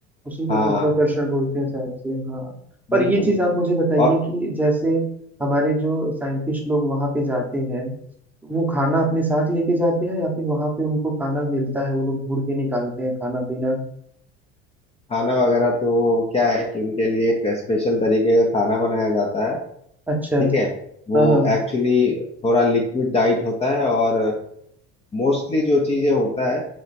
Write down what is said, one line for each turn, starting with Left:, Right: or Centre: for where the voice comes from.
Centre: उसी को
Left: हाँ
Centre: गुरुत्वाकर्षण बोलते हैं शायद से हाँ पर
Left: बिल्कुल
Centre: ये चीज आप मुझे बताइए
Left: और
Centre: कि जैसे हमारे जो साइंटिस्ट लोग वहां पे जाते हैं वो खाना अपने साथ लेके जाते हैं या फिर वहां पे उनको खाना मिलता है वो लोग घूर के निकालते हैं खाना पीना
Left: खाना वगैरह तो क्या है कि उनके लिए एक स्पेशल तरीके का खाना बनाया जाता है
Centre: अच्छा
Left: ठीक है वो
Centre: हाँ हाँ
Left: एक्चुअली थोड़ा लिक्विड डाइट होता है और मोस्टली जो चीजें होता है